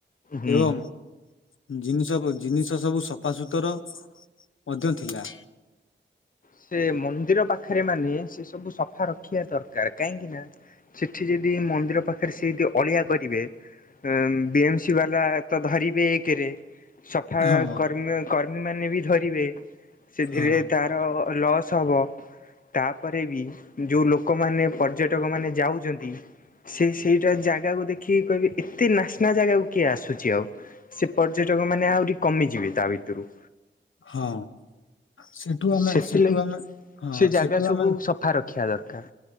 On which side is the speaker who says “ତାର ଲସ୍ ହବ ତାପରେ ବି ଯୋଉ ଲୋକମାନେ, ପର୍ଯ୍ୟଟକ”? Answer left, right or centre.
Left